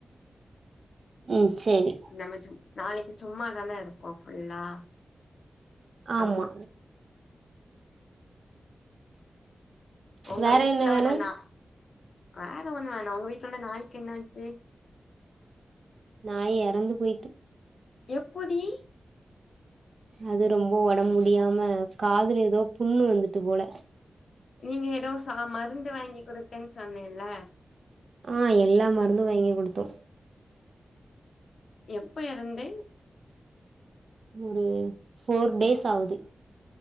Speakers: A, on the right; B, on the left.
A: ம் சேரி
B: நம்ம சும் நாளைக்கு சும்மாதான இருப்போ ஃபுல்லா
A: ஆமா
B: அம் உங்க
A: வேற
B: வீட்ல
A: என்ன வேணு
B: உள்ள நா வேற ஒண்ணு வேணா உங்க வீட்ல உள்ள நாய்க்கு என்னாச்சு
A: நாய் எறந்து போய்ட்டு
B: எப்புடி
A: அது ரொம்ப உடம் முடியாம காதுல ஏதோ புண்ணு வந்துட்டு போல
B: நீங்க ஏதோ ச மருந்து வாங்கி குடுத்தேன்னு சொன்னேல்ல
A: ஆ எல்லா மருந்து வாங்கிக் குடுத்தோ
B: எப்ப எறந்தே
A: ஒரு ஃபோர் டேஸ் ஆவுது